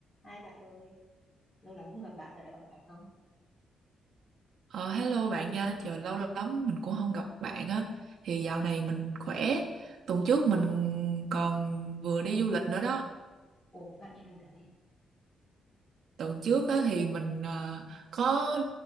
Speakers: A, on the left; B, on the right.
A: Hai bạn ơi, lâu lắm không gặp bạn, dạo này bạn khỏe không?
B: Ờ, hello bạn nha, trời lâu lắm mình cũng không gặp bạn á. Thì dạo
A: Ừ.
B: này mình khỏe. Tuần trước mình còn vừa đi du lịch nữa đó.
A: Ồ, thế bạn đi đâu đấy?
B: Tuần trước á, thì mình ờ, có